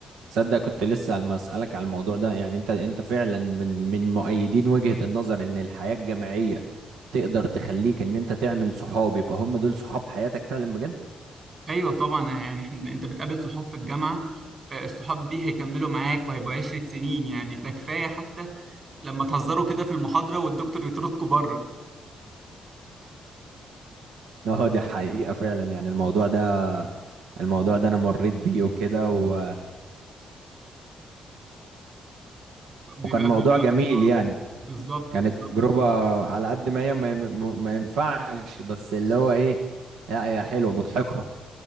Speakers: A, on the right; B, on the right.
A: تصدق كنت لسه عم اسالك على الموضوع ده يعني انت انت فعلا من من مؤيدين وجهة النظر ان الحياة الجامعية تقدر تخليك ان انت تعمل صحاب يبقى هم دول صحاب حياتك فعلا بجد
B: ايوه طبعا يعني إحنا- انت بتقابل صحاب في الجامعه آه، الصحاب دي هيكملوا معاك وهيبقوا عشرة سنين يعني ده كفاية حتى لما تهزروا كده في المحاضرة والدكتور يطردكوا بره
A: <laughs> اه دي حقيقة فعلا يعني الموضوع ده الموضوع ده انا مريت بيه وكده و...
B: بيبقى
A: وكان موضوع
B: بيبقى
A: جميل
B: اه
A: يعني
B: بالظبط
A: كانت
B: بالظبط
A: تجربة
B: فعلا.
A: على قد ما هي ما, ما ما ينفعش بس اللي هو ايه لا هي حلوة مضحكة